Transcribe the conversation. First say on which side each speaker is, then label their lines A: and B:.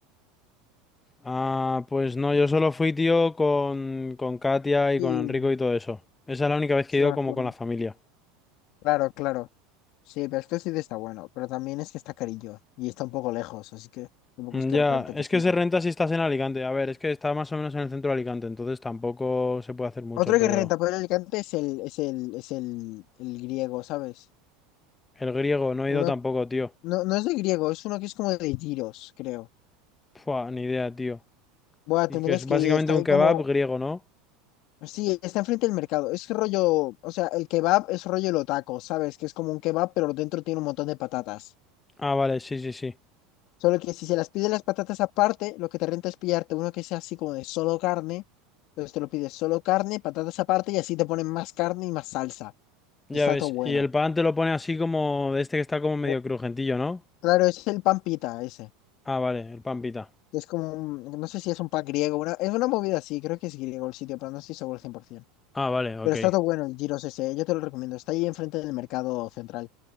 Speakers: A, on the left (about 20°); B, on the left (about 55°).
A: Ah, pues no, yo solo fui, tío, con, con Katia y
B: Sí,
A: con Enrico y todo eso. Esa es la única vez
B: sí
A: que he ido
B: me acuerdo.
A: como con la familia.
B: Claro, claro. Sí, pero es que el sitio está bueno, pero también es que está carillo y está un poco lejos, así que tampoco
A: Mm,
B: es que
A: Ya,
B: rente
A: es
B: que flipa.
A: que se renta si estás en Alicante. A ver, es que está más o menos en el centro de Alicante, entonces tampoco se puede hacer mucho,
B: Otro
A: pero...
B: que renta por Alicante es el, es el, es el, el griego, ¿sabes?
A: El griego, no he
B: Uno,
A: ido tampoco, tío.
B: no, no es de griego, es uno que es como de Tiro's creo.
A: Pua, ni idea, tío.
B: Bueno,
A: Y
B: tendrías
A: que es
B: que
A: básicamente
B: ir, está
A: un
B: ahí
A: kebab
B: como,
A: griego, ¿no?
B: sí, está enfrente del mercado. Es rollo, o sea, el kebab es rollo el otaco, ¿sabes? Que es como un kebab, pero dentro tiene un montón de patatas.
A: Ah, vale, sí, sí, sí.
B: Solo que si se las pide las patatas aparte, lo que te renta es pillarte uno que sea así como de solo carne. Entonces te lo pides solo carne, patatas aparte y así te ponen más carne y más salsa.
A: Ya
B: Está
A: ves,
B: todo bueno.
A: y el pan te lo pone así como de este que está como medio
B: Eh,
A: crujentillo, ¿no?
B: Claro, es el pan pita ese.
A: Ah, vale, el pan pita.
B: Es como un- no sé si es un pan griego, una- es una movida así, creo que es griego el sitio, pero no estoy seguro al 100%.
A: Ah, vale, ok.
B: Pero está todo bueno el Giros ese, eh, yo te lo recomiendo. Está ahí enfrente del mercado central,